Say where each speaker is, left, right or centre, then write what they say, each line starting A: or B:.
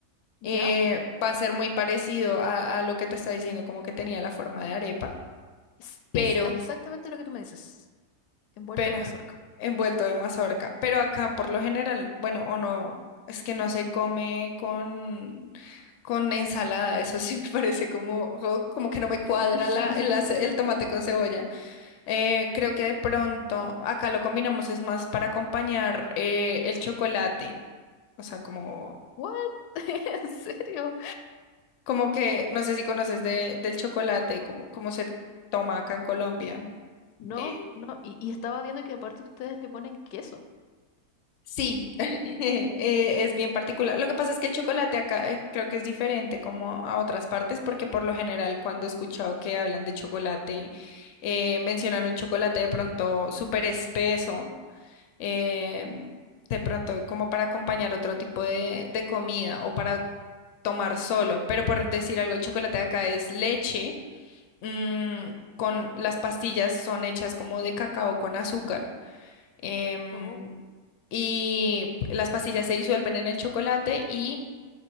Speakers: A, on the left (about 60°); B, on the left (about 85°).
A: eh,
B: ¿ya?
A: va a ser muy parecido a, a lo que te está diciendo, como que tenía la forma de arepa,
B: Es,
A: pero,
B: es exactamente lo que tú me dices, envuelto
A: pero,
B: de mazorca.
A: envuelto de mazorca. Pero acá por lo general, bueno, o no, es que no se come con con ensalada, eso sí me parece como, jo- como que no me cuadra
B: <laughs>
A: la, el, ace- el tomate con cebolla. Eh, creo que de pronto acá lo combinamos es más para acompañar eh, el chocolate, o sea, como,
B: ¿What? <laughs> ¿En serio?
A: como que, no sé si conoces de, del chocolate, como, como se toma acá en Colombia.
B: No,
A: eh,
B: no. Y, y estaba viendo que aparte ustedes le ponen queso.
A: Sí, <laughs> eh, es bien particular. Lo que pasa es que el chocolate acá eh, creo que es diferente como a otras partes, porque por lo general cuando he escuchado que hablan de chocolate, eh, mencionan un chocolate de pronto súper espeso, em, de pronto como para acompañar otro tipo de, de comida o para tomar solo. Pero por decir algo, el chocolate de acá es leche, mm, con las pastillas son hechas como de cacao con azúcar. em,
B: Oh.
A: y las pastillas se disuelven en el chocolate y